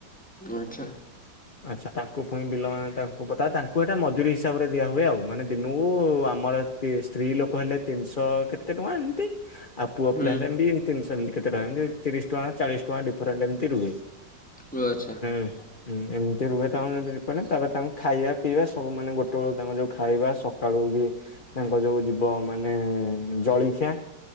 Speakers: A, in the centre; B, on the left.
A: <inaudible>
B: <inaudible> ଆଚ୍ଛା, ତାଙ୍କୁ ପୁଣି ବିଲ ତାଙ୍କୁ ତାଙ୍କୁ ଟା ମଜୁୁରୀ ହିସାବରେ ଦିଆ ହୁଏ। ଆଉ ମାନେ ଦିନକୁ ଆମର ସ୍ତ୍ରୀ ଲୋକ ହେଲେ ତିନ୍‌ଶ କେତେ ଟଙ୍କା ଏମ୍ତି। ଆ ପୁଅ
A: ହୁଁ
B: ପିଲା ହେଲେ ଏମ୍ତି କେତେ ଟଙ୍କା ତିରିଶ୍ ଟଙ୍କା ଚାଳିଶ୍ ଟଙ୍କା ଡିଫରେଣ୍ଟେ ଏମ୍ତି ରୁହେ।
A: ଓ ଆଚ୍ଛା
B: <inaudible> ହୁଁ, ଏମ୍ତି ରୁହେ। ତାଙ୍କୁ ତା'ପରେ ତାଙ୍କୁ ଖାଇବା ପିଇବା ସବୁ, ମାନେ ଗୋଟେ ବଳକୁ ତାଙ୍କୁ ଯଉ ଖାଇବା ସକାଳୁ ବି ତାଙ୍କ ଯଉ ଯିବ। ମାନେ ଜଳିଖିଆ